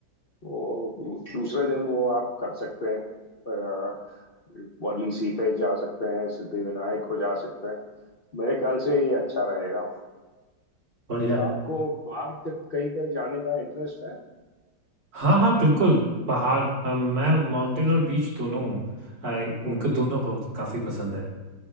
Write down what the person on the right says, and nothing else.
बढ़िया
हाँ हाँ बिल्कुल पहाड़ अ, मैं माउंटेन और बीच दोनों हूँ अ, मेरे
को दोनों बहुत काफ़ी पसंद है